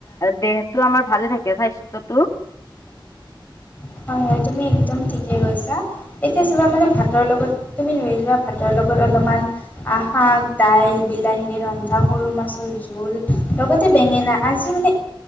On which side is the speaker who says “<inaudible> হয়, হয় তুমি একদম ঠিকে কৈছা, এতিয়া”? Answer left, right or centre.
Left